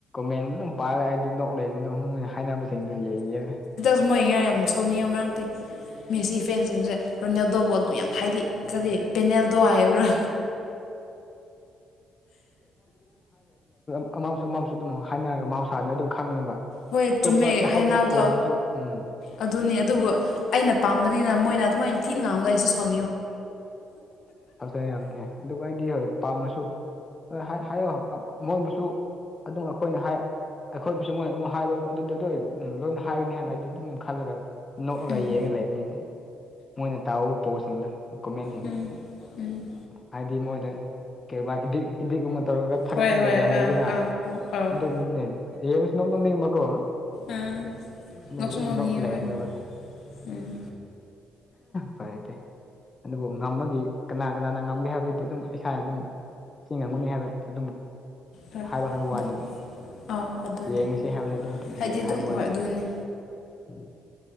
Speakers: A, on the left (about 30°); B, on the left (about 70°).
A: ꯃꯦꯟ ꯑꯗꯨꯝ ꯄꯥꯏꯔ ꯍꯥꯏꯗꯤ ꯅꯣꯛꯂꯦ ꯑꯗꯨꯝ ꯃꯣꯏꯅ ꯍꯥꯏꯅꯕꯁꯤꯡꯗꯣ ꯌꯦꯡ
B: ꯁꯨꯝꯃꯣꯏ ꯉ ꯌꯥꯝ ꯁꯧꯅꯤꯡꯉ ꯃꯔꯛꯇꯤ ꯃꯦꯁꯤ ꯐꯦꯟꯁꯤꯡꯁꯦ ꯔꯣꯅꯦꯜꯗꯣꯕꯨ ꯑꯗꯨꯝ ꯌꯥꯝ ꯍꯥꯏꯗꯤ ꯀꯔꯤ ꯄꯦꯅꯦꯜꯗꯣ ꯍꯥꯏꯕ꯭ꯔꯥ
A: ꯑꯃꯥꯎꯁꯨ ꯑꯃꯥꯎꯁꯨ ꯑꯗꯨꯝ ꯍꯥꯏꯅꯔꯒ ꯃꯥꯥꯎ ꯁꯥꯟꯅ ꯑꯗꯨꯝ ꯈꯪꯉꯤꯕ
B: ꯍꯣꯏ
A: ꯑꯇꯣꯞꯄ
B: ꯆꯨꯝꯃꯦ
A: ꯑꯇꯣꯞꯄ
B: ꯍꯥꯏꯅꯕꯗꯣ
A: ꯄꯣꯁꯇꯁꯨ ꯎꯝ
B: ꯑꯗꯨꯅꯤ ꯑꯗꯨꯕꯨ ꯑꯩꯅ ꯄꯥꯝꯕꯅꯤꯅ ꯃꯣꯏꯅ ꯑꯗꯨꯃꯥꯏꯅ ꯊꯤꯛꯅ ꯉꯥꯡꯕꯒ ꯑꯩꯁꯨ ꯁꯥꯎ
A: ꯐꯁ ꯌꯥꯝꯅꯦ ꯑꯗꯨꯒ ꯑꯩꯗꯤ ꯍꯣꯏ ꯄꯥꯝꯃꯁꯨ ꯍꯣꯏ ꯍꯥꯏꯌꯣ ꯃꯣꯏꯕꯨꯁꯨ ꯑꯗꯨꯝ ꯑꯩꯈꯣꯏꯅ ꯍꯥꯏ ꯑꯩꯈꯣꯏꯕꯨꯁꯨ ꯃꯣꯏꯅ ꯑꯃꯨꯛ ꯍꯥꯏꯕ ꯑꯗꯨꯗꯗ ꯂꯣꯏꯅ ꯍꯥꯏꯒꯅꯤ ꯍꯥꯏꯅ ꯑꯩꯗꯤ ꯑꯗꯨꯝ ꯈꯜꯂꯗꯕ ꯅꯣꯛꯑꯒ
B: ꯎꯝ
A: ꯌꯦꯡꯉ ꯂꯩꯕꯅꯤꯅꯗꯤ ꯃꯣꯏꯅ ꯇꯥꯛꯎꯕ ꯄꯣꯁꯤꯡꯗꯣꯣ ꯀꯨꯃꯦꯟꯁꯤꯡꯗꯣ
B: ꯎꯝ ꯎꯝ
A: ꯍꯥꯏꯗꯤ ꯃꯣꯗꯦ ꯀꯩꯒꯨꯝ ꯏꯗꯤꯛ ꯏꯗꯤꯛꯀꯨꯝꯕ ꯇꯧꯔꯒ ꯊꯥꯒꯠꯅꯟꯗ
B: ꯍꯣꯏ ꯍꯣꯏ
A: ꯌꯥꯝ ꯂꯩꯗꯅ
B: ꯑꯥ ꯑꯥ ꯑꯥꯎ
A: ꯑꯗꯨꯗ ꯃꯟꯅꯦ ꯌꯦꯁ ꯅꯣ ꯅꯅꯤꯡ ꯃꯒꯨ
B: ꯑꯥ
A: ꯑꯗꯨꯕꯨ
B: ꯅꯣꯛꯁꯨ ꯅꯣꯛꯅꯤꯡꯉꯦ
A: ꯅ ꯂꯩꯔꯝꯅꯦꯕ
B: ꯍꯣꯏ ꯎꯝ
A: ꯐꯔꯦꯗꯤꯦ ꯑꯗꯨꯕꯨ ꯉꯃꯒꯤ ꯀꯅꯥ ꯀꯅꯥꯅ ꯉꯝꯒꯦ ꯍꯥꯏꯕꯗꯨꯗꯤ ꯑꯗꯨꯝ ꯏꯁꯥꯅ ꯑꯗꯨꯝ ꯁꯤ ꯉꯝꯒꯨꯅꯤ ꯍꯥꯏꯕ ꯑꯗꯨꯝ
B: ꯍꯣꯏ
A: ꯍꯥꯏꯕ ꯈꯗ
B: ꯑꯗꯨꯝ
A: ꯋꯥꯅꯦꯕ
B: ꯑꯥ ꯑꯗꯨꯅꯦ
A: ꯌꯦꯡꯉꯁꯤ ꯍꯥꯏꯕꯅꯤ ꯑꯗꯨ
B: ꯍꯥꯏꯗꯤ
A: ꯌꯦꯡ
B: ꯑꯗꯨꯝ
A: ꯍꯥꯏꯕ ꯋꯥꯅꯦꯕ
B: ꯍꯣꯏ ꯑꯗꯨꯅꯦ
A: ꯎꯝ